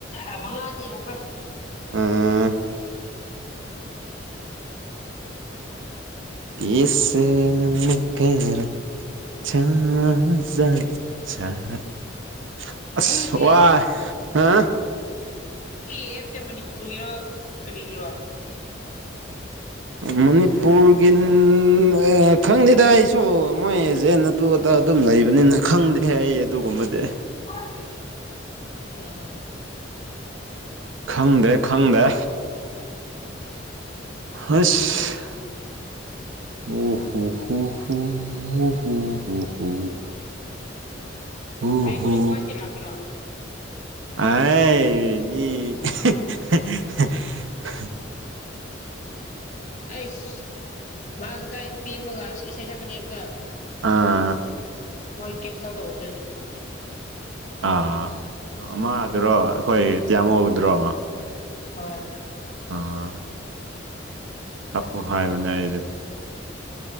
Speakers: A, on the left; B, on the right.
A: ꯑ ꯃꯉꯥꯗꯤ ꯌꯧꯈ꯭ꯔꯦ
B: ꯎꯝ <unintelligible> ꯑꯁ
A: ꯑꯗꯨ ꯁꯤ
B: ꯋꯥ ꯍꯥ
A: ꯁꯤ ꯑꯦꯞꯁꯦ ꯃꯅꯤꯄꯨꯔꯒꯤꯔꯣ ꯀꯔꯤꯒꯤꯔꯣ <inaudible>
B: ꯃꯅꯤꯄꯨꯔꯒꯤ ꯍꯥ ꯈꯪꯗꯦꯗ ꯑꯩꯁꯨ ꯃꯣꯏ ꯑꯦꯖꯦꯟꯅ ꯑꯗꯨ ꯑꯗꯥ ꯑꯗꯨꯝ ꯂꯩꯕꯅꯤꯅ ꯈꯪꯗꯦꯍꯦ ꯑꯩ ꯑꯗꯨꯒꯨꯝꯕꯗꯤ
A: <unintelligible>
B: ꯈꯪꯗ꯭ꯔꯦ ꯈꯪꯗꯦ ꯍꯁ ꯎ ꯍꯨ ꯍꯨ ꯍꯨ ꯎ ꯎ ꯍꯨ ꯍꯨ ꯎ
A: ꯍꯌꯦꯡ
B: ꯍꯨ
A: ꯑꯣꯅꯤꯁꯃꯥꯁꯇꯤ ꯂꯥꯛꯀꯦꯔꯣ
B: <unintelligible>
A: ꯑꯩꯁ ꯃꯥ ꯉꯥꯁꯥꯏ ꯅꯨꯄꯤ ꯑꯃꯒ ꯏꯁꯩ ꯁꯛꯀꯅꯦꯕꯗꯣ
B: ꯑꯥ
A: ꯃꯣꯏ ꯀꯦꯟꯁꯦꯜ ꯇꯧꯈ꯭ꯔꯦꯅꯦ
B: ꯑꯥ ꯃꯥꯗꯨꯔꯣ ꯑꯩꯈꯣꯏ ꯇꯤꯌꯥꯃꯨꯗ꯭ꯔꯣ
A: ꯍꯣꯏ
B: ꯑꯥ ꯁꯛꯑꯣ ꯍꯥꯏꯕꯅꯦ ꯑꯩꯗꯤ